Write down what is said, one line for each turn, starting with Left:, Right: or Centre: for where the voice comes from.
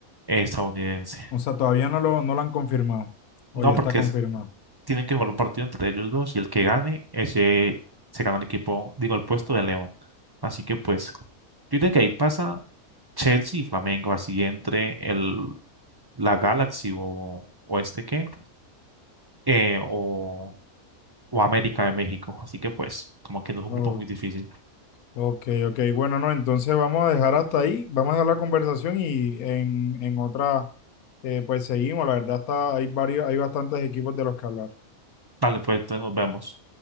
Right: eh, estadounidense.
Left: O sea, todavía no lo, no lo han confirmado. O
Right: No,
Left: ya
Right: porque
Left: está confirmado.
Right: es- tienen que jugar un partido entre ellos dos y el que gane, ese se gana el equipo, digo, el puesto de León. Así que pues, yo diría que ahí pasa Chelsea y Flamengo, así entre el, la Galaxy o, o este qué, eh, o, o América de México. Así que pues, como que no es un
Left: o
Right: grupo muy difícil.
Left: Ok, ok. Bueno, no, entonces vamos a dejar hasta ahí, vamos a dejar la conversación y en, en otra, eh, pues seguimos. La verdad está, hay varios, hay bastantes equipos de los que hablar.
Right: Vale, pues entonces nos vemos.